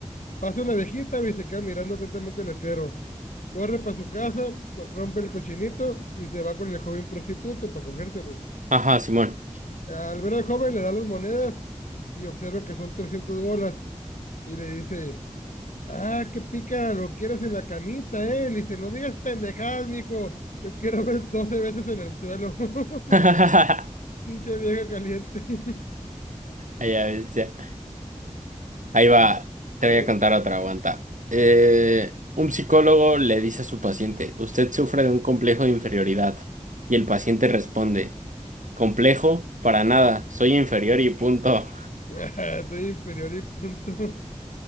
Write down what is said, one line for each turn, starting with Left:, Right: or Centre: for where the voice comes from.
Left: Pasa una viejita y se queda mirando atentamente el letrero. Corre para su casa, co- rompe el cochinito y se va con el joven prostituto para cogérselo.
Right: ajá, Simón.
Left: Al ver al joven le da las monedas y observa que son 300 bolas y le dice, ah, qué pica, lo quieres en la camita, ¿eh? Le dice, no digas pendejadas, mijo, lo quiero ver 12 veces en el suelo. <laughs>
Right: <laughs> A
Left: Pinche vieja caliente. <laughs>
Right: la bestia. Ahí va.
Left: La-
Right: Te
Left: A ver,
Right: voy a contar otra, aguanta. Eh, un psicólogo le dice a su paciente, usted sufre de un complejo de inferioridad. Y el paciente responde, complejo, para nada, soy inferior y punto.
Left: <laughs> soy inferior y punto.